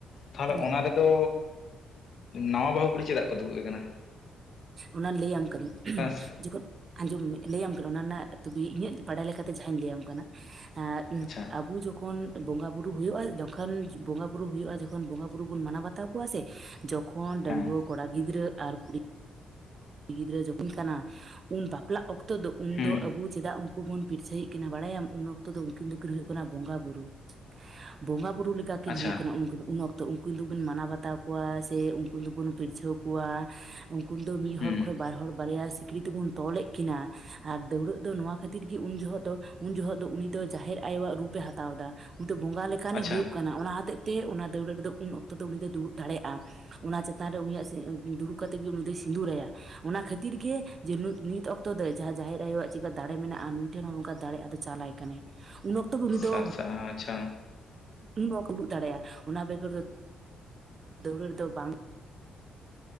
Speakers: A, on the left; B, on the right.
A: ᱛᱟᱦᱚᱞᱮ
B: ᱦᱩᱸ
A: ᱚᱱᱟ ᱨᱮ ᱛᱚ ᱱᱟᱣᱟ ᱵᱟᱹᱦᱩ ᱠᱩᱲᱤ ᱪᱮᱫᱟᱜ ᱠᱚ ᱫᱩᱲᱩᱵᱮ ᱠᱟᱱᱟ?
B: ᱚᱱᱟ ᱞᱟᱹᱭᱟᱢ ᱠᱟᱹᱱᱟᱹᱧ
A: ᱥᱮ
B: ᱡᱚᱠᱷᱚᱱ ᱟᱸᱡᱚᱢ ᱢᱮ ᱞᱟᱹᱭᱟᱢ ᱠᱟᱱᱟ ᱚᱱᱟ ᱨᱮᱱᱟᱜ ᱛᱚᱵᱮ ᱤᱧᱟᱹᱜ ᱵᱟᱲᱟᱭ ᱞᱮᱠᱟᱛᱮ ᱡᱟᱦᱟᱧ ᱞᱟᱹᱭᱟᱢ ᱠᱟᱱᱟ ᱾ ᱟᱸᱻ
A: ᱟᱪᱪᱷᱟ
B: ᱟᱵᱩ ᱡᱚᱠᱷᱚᱱ ᱵᱚᱸᱜᱟ ᱵᱩᱨᱩ ᱦᱩᱭᱩᱜᱼᱟ, ᱡᱚᱠᱷᱚᱱ ᱵᱚᱸᱜᱟ ᱵᱩᱨᱩ ᱦᱩᱭᱩᱜᱼᱟ, ᱡᱚᱠᱷᱚᱱ ᱵᱚᱸᱜᱟ ᱵᱩᱨᱩ ᱵᱚᱱ ᱢᱟᱱᱟᱣ ᱵᱟᱛᱟᱣ ᱠᱚᱣᱟ ᱥᱮ ᱡᱚ ᱠᱷᱚᱱ
A: ᱦᱮᱸ
B: ᱰᱟᱺᱜᱩᱣᱟᱹ ᱠᱚᱲᱟ ᱜᱤᱫᱽᱨᱟᱹ ᱟᱨ ᱠᱩᱲᱤ ᱠᱩᱲᱤ ᱜᱤᱫᱽᱨᱟᱹ ᱡᱚᱠᱷᱚᱱ ᱠᱟᱱᱟ ᱩᱱ ᱵᱟᱯᱞᱟᱜ ᱚᱠᱛᱚ ᱫᱚ ᱩᱱᱫᱚ
A: ᱦᱩᱸ
B: ᱟᱵᱩ ᱪᱮᱫᱟᱜ ᱩᱱᱠᱩ ᱵᱚᱱ ᱯᱤᱨᱪᱷᱟᱹᱭᱮᱜ ᱠᱤᱱᱟ, ᱵᱟᱲᱟᱭᱟᱢ ᱩᱱ ᱚᱠᱛᱚ ᱫᱚ ᱩᱱᱠᱤᱱ ᱫᱚᱠᱤᱱ ᱦᱩᱭᱩᱜ ᱠᱟᱱᱟ ᱵᱚᱸᱜᱟ ᱵᱩᱨᱩ ᱾ ᱵᱚᱸᱜᱟ ᱵᱩᱨᱩ ᱞᱮᱠᱟᱠᱤᱱ
A: ᱟᱪᱪᱷᱟ
B: ᱦᱩᱭᱩᱜ ᱠᱟᱱᱟ ᱩᱱ ᱩᱱ ᱚᱠᱛᱚ ᱛᱚ ᱩᱱᱠᱩ ᱫᱚᱵᱚᱱ ᱢᱟᱱᱟᱣ ᱵᱟᱛᱟᱣ ᱠᱚᱣᱟ, ᱥᱮ ᱩᱱᱠᱩ ᱫᱚᱵᱚᱱ ᱯᱤᱨᱪᱷᱟᱹᱣ ᱠᱚᱣᱟ᱾ ᱩᱱᱠᱩ ᱫᱚ ᱢᱤᱫ
A: ᱦᱩᱸ
B: ᱦᱚᱲᱚᱲ ᱠᱷᱚᱜ ᱵᱟᱨ ᱦᱚᱲ ᱵᱟᱨᱭᱟ ᱥᱤᱠᱲᱤ ᱛᱮᱵᱚᱱ ᱛᱚᱞᱮᱜ ᱠᱤᱱᱟᱹ ᱟᱨ ᱫᱟᱹᱣᱲᱟᱹᱜ ᱫᱚ, ᱱᱚᱣᱟ ᱠᱷᱟᱹᱛᱤᱨ ᱜᱮ ᱩᱱ ᱡᱚᱦᱚᱜ ᱫᱚ ᱩᱱ ᱡᱚᱦᱚᱜ ᱫᱚ ᱩᱱᱤ ᱫᱚ ᱡᱟᱦᱮᱨ ᱟᱭᱳᱣᱟᱜ ᱨᱩᱯ ᱯᱮ ᱦᱟᱛᱟᱣ ᱫᱟ ᱩᱱᱤ ᱫᱚ ᱵᱚᱸᱜᱟ ᱞᱮᱠᱟᱱᱮ
A: ᱟᱪᱪᱷᱟ
B: ᱦᱩᱭᱩᱜ ᱠᱟᱱᱟ᱾ ᱚᱱᱟ ᱦᱚᱛᱮᱡ ᱛᱮ ᱚᱱᱟ ᱫᱟᱹᱣᱲᱟᱹᱜ ᱨᱮᱫᱚ ᱩᱱ ᱚᱠᱛᱚ ᱫᱚ ᱩᱱᱤ ᱫᱚᱭ ᱫᱩᱲᱩᱵ ᱫᱟᱲᱮᱭᱟᱜᱼᱟ, ᱚᱱᱟ ᱪᱮᱛᱟᱱ ᱨᱮ ᱩᱱᱤᱭᱟᱜ ᱫᱩᱲᱩᱵ ᱠᱟ ᱛᱮᱜᱮ ᱩᱱᱤ ᱫᱚᱭ ᱥᱤᱸᱫᱩᱨᱟᱭᱟ᱾ ᱚᱱᱟ ᱠᱷᱟᱹᱛᱤᱨ ᱜᱮ ᱡᱮ ᱱᱤᱛ ᱚᱠᱛᱚ ᱫᱚ, ᱡᱟᱦᱟᱸ ᱡᱟᱦᱮᱨ ᱟᱭᱳᱣᱟᱜ ᱪᱤᱜᱠᱟ ᱫᱟᱲᱮ ᱢᱮᱱᱟᱜᱼᱟ, ᱱᱩᱭ ᱴᱷᱮᱱ ᱦᱚᱸ ᱱᱚᱝᱠᱟ ᱫᱟᱲᱮ ᱟᱫ ᱪᱟᱞᱟᱭ ᱠᱟᱱᱟᱭ ᱩᱱᱟᱹᱜ ᱵᱷᱚᱠᱛᱚ ᱵᱷᱩᱜᱤ ᱫᱚ
A: ᱥᱟᱨ ᱥᱟ ᱟᱪᱪᱷᱟ
B: ᱩᱱ ᱚᱠᱛᱚ ᱵᱟᱠᱚ ᱩᱫᱩᱜ ᱫᱟᱲᱮᱭᱟᱜᱼᱟ ᱚᱱᱟ ᱵᱮᱜᱚᱨ ᱫᱚ ᱫᱟᱹᱣᱲᱟᱹ ᱨᱮᱫᱚ ᱵᱟᱝ